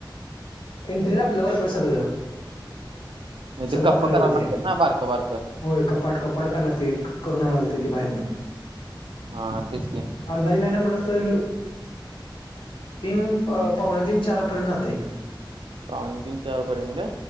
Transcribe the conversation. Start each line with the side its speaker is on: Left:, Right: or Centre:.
Left: इंटिरिअर आपल्यावर सगळं <inaudible>
Right: आणि
Left: सगळं
Right: ते कप्प
Left: आपल्यावरती
Right: करायला लागतात
Left: आहे.
Right: ना बारकं बारकं
Left: होय कपाट कपाट करायला लागते करून आणतात ती बाहेरन
Right: हा तेच की
Left: अंदाजे नाही ना म्हटलं तर तीन पावणे तीन चारपर्यंत जाते <inaudible>
Right: पावणे तीन चार पर्यंत काय?